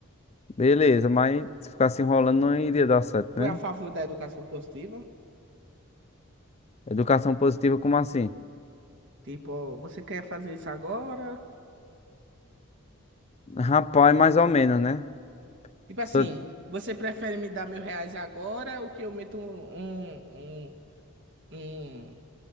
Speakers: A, on the left; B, on the right.
A: Beleza, mas se ficasse enrolando não iria dar certo,
B: Tu
A: né?
B: é a favor da educação positiva?
A: Educação positiva, como assim?
B: Tipo, ó, você quer fazer isso agora?
A: Rapaz, mais ou menos, né?
B: Tipo assim,
A: Só-
B: você prefere me dar mil reais agora ou que eu meto um, um, um, um,